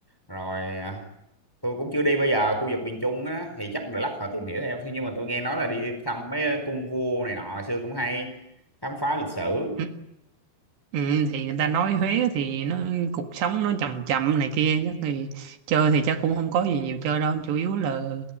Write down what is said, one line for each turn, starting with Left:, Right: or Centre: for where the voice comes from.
Centre: rồi à, tôi cũng chưa đi bây giờ khu vực miền Trung á thì chắc để lát họ tìm hiểu theo Thế nhưng mà tôi nghe nói là đi thăm mấy cung vua này nọ hồi xưa cũng hay khám phá lịch sử
Right: ừ, ừ, thì người ta nói Huế thì nó cuộc sống nó chậm chậm này kia chắc thì chơi thì chắc cũng không có gì nhiều chơi đâu chủ yếu là